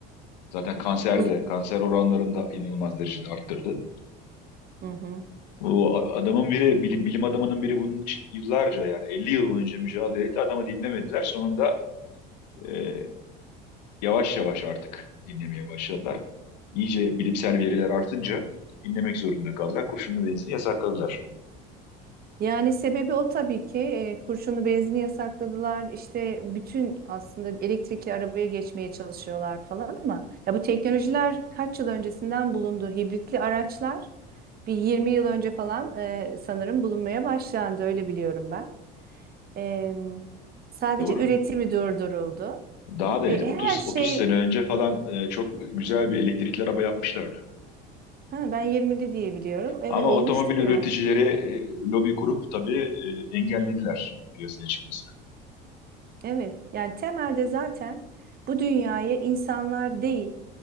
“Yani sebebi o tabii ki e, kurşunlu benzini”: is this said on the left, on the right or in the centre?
Right